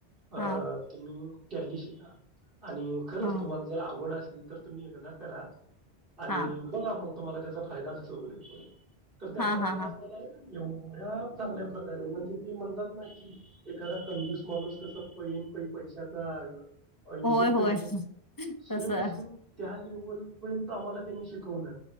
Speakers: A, on the right; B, on the left.
A: अ
B: हा
A: तुम्ही टॅली शिका. आणि खरंच
B: हा
A: तुम्हाला जर आवड असे नंतर तुम्ही एकदा करा आणि
B: हा
A: बघा म तुम्हाला त्याचा फायदा कसा होईल पर तर त्या
B: हा
A: सरांनी
B: हा हा
A: आम्हाला एवढ्या चांगल्या प्रकारे म्हणजे ते म्हणतात ना कि एखादा कंजूस माणूस कस पै आणि पै पैशाचा आई
B: होय
A: <unintelligible>
B: होय
A: तो सेम
B: तसं
A: सेम त्या लेव <unintelligible> पर्यंत आम्हाला त्यांनी शिकवलं.